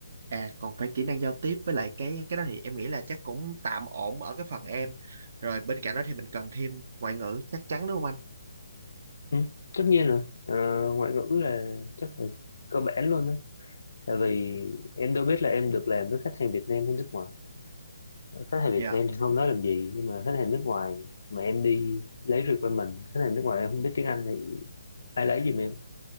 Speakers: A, on the right; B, on the left.
A: À còn phải kỹ năng giao tiếp với lại cái cái đó thì em nghĩ là chắc cũng tạm ổn ở cái phần em. Rồi bên cạnh đó thì mình cần thêm ngoại ngữ chắc chắn đúng không anh?
B: Ừ, tất nhiên rồi Ờ, ngoại ngữ là chắc là cơ bản luôn á tại vì em đâu biết là em được làm với khách hàng Việt Nam hay nước ngoài Ờ, khách hàng Việt
A: Dạ,
B: Nam thì không nói làm gì nhưng mà khách hàng nước ngoài mà em đi lấy requirement khách hàng nước ngoài em không biết tiếng Anh thì ai lấy giùm em